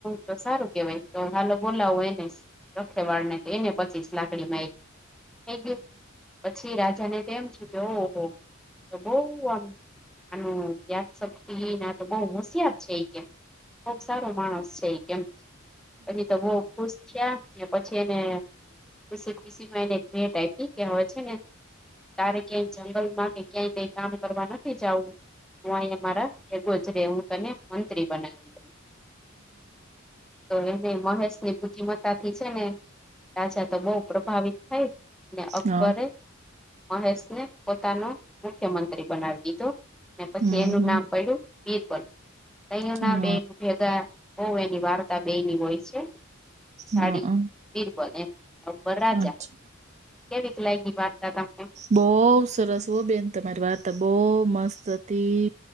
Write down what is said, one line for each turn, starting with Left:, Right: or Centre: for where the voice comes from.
Centre: તો સારું કેવાય તો હાલો બોલાવો એને લખે વાળ ને તો એને પચીસ લાકડી મારી થઈ ગયું પછી રાજા ને તો એમ છુ, કે ઓહ તો બહ આમ આનું યાદ શક્તિ એ તો બહ મુશયાત છે, એ કે બહક સારો માણસ છે, કેમ પ તો બહ ખુશ થયા. પછી એને ખુશી ખુશી માં એને એક ભેટ આપી કે હોય છેને. તારે ક્યાંય જંગલમાં કે ક્યાંય કઈ કામ કરવા નથી જવું હું અહીંયા મારા એગોજ રે હું તને મંત્રી બનાવી દઉં તો એને મહેશ ની બુદ્ધિમતા તાથી છે ને રાજા તો બહુ પ્રભાવિત થાય ને અકબરે
Right: અ,
Centre: મહેશને પોતાનો મુખ્યમંત્રી બનાવી દીધો પછી
Right: હમ,
Centre: એનું નામ પડ્યું બીરબલ અહી
Right: હમ,
Centre: ના બે ન ભેગા ઓ એની વાર્તા બે ની હોય છે સાડી
Right: અ, અ,
Centre: પિરબલ એમ એ ઉપર રાજા
Right: અચ્છા,
Centre: કેવીિકલાઈ ની વાર્તા તને
Right: બહવ સરસ હો બેન તમારી વાત બહુ મસ્ત હતી